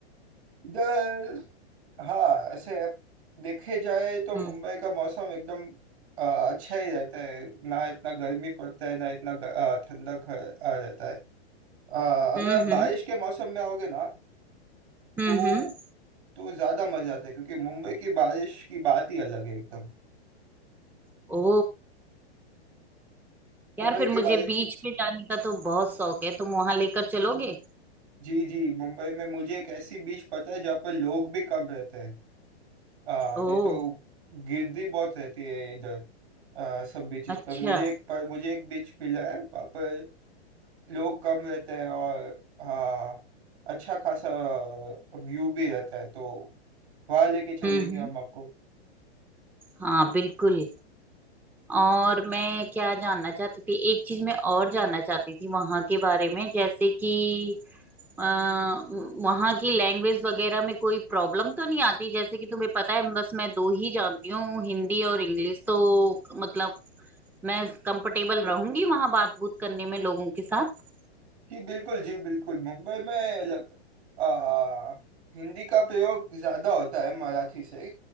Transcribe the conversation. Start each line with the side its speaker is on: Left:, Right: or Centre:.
Right: इधर हाँ ऐसे देखे जाए तो
Centre: हम्म
Right: मुंबई का मौसम एकदम आ, अच्छा ही रहता है ना इतना गर्मी पड़ता है ना इतना ग- आ, ठंडक आ, रहता है आ, अगर
Centre: हम्म
Right: आप बारिश
Centre: हम्म
Right: के मौसम में आओगे ना
Centre: हम्म
Right: तो
Centre: हम्म।
Right: तो ज्यादा मजा आता है क्योंकि मुंबई की बारिश की बात ही अलग है एकदम
Centre: ओ
Right: मुंबई
Centre: यार फिर मुझे
Right: की बारिश
Centre: बीच पे जाने का तो बहुत शौक है तुम वहां लेकर चलोगे
Right: जी जी मुंबई में मुझे एक ऐसी बीच पता है जहाँ पर लोग भी कम रहते हैं आ
Centre: ओ
Right: दे तो गिरदी बहुत रहती है इधर आ, सब बीचेस
Centre: अच्छा
Right: पर मुझे एक पर मुझे एक बीच मिला है वहाँ पर लोग कम रहते हैं और हाँ अच्छा खासा व्यू भी रहता है तो वहाँ लेके चलेंगे
Centre: हम्म हम्म
Right: हम आपको
Centre: हाँ बिल्कुल और मैं क्या जानना चाहती थी एक चीज मैं और जानना चाहती थी वहां के बारे में जैसे कि अ, वहाँ की लैंग्वेज वगैरह में कोई प्रॉब्लम तो नहीं आती जैसे कि तुम्हें पता है बस मैं दो ही जानती हूँ हिंदी और इंग्लिश तो मतलब मैं कंफर्टेबल रहूंगी वहाँ बात बूत करने में लोगों के साथ
Right: जी बिल्कुल जी बिल्कुल मुंबई में लग आ, हिंदी का प्रयोग ज्यादा होता है मराठी से